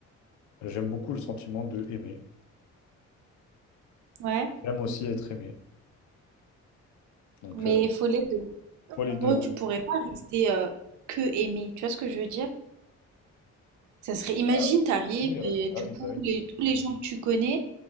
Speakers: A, on the left; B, on the right.
A: j'aime beaucoup le sentiment de aimer.
B: ouais.
A: J'aime aussi être aimé. Donc,
B: Mais
A: euh,
B: il faut les deux.
A: moi, les
B: En
A: deux.
B: gros,
A: en
B: tu
A: fait.
B: pourrais pas rester euh, que aimé. Tu vois ce que je veux dire? Ça serait, imagine,
A: Ah oui,
B: t'arrives
A: Ah oui, ouais,
B: et
A: bah
B: du
A: oui,
B: coup,
A: bah oui.
B: les- tous les gens que tu connais,